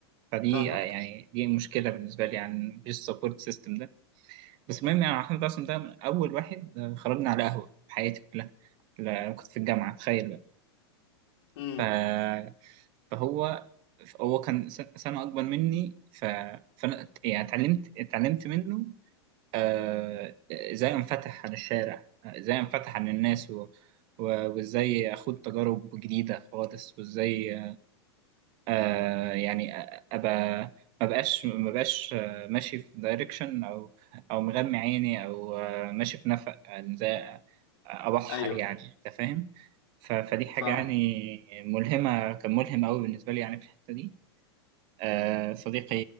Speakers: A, on the right (about 35°); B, on the left (about 60°).
A: فدي
B: فاهمك
A: آه، يعني دي مشكلة بالنسبة لي يعني مفيش سبورت سيستم ده بس المهم يعني أحمد عاصم ده من أول واحد آه، خرجنا على قهوة في حياتي كلها لا، كنت في الجامعة تخيل
B: امم
A: بقى فهو هو كان س- سنة أكبر مني ف... فأنا يعني اتعلمت اتعلمت منه آه... إزاي أنفتح على الشارع إزاي أنفتح على الناس و... و... وإزاي أخوض تجارب جديدة خالص وإزاي آه... يعني أ- أبقى ما بقاش ما بقاش آه، ماشي في دايركشن أو أو مغمي عيني أو آه، ماشي في نفق يعني إزاي أبحر
B: ايوه
A: يعني أنت فاهم؟ ف... فدي حاجة
B: فاهمك
A: يعني ملهمة كان ملهم أوي بالنسبة لي يعني في الحتة دي آه، صديقي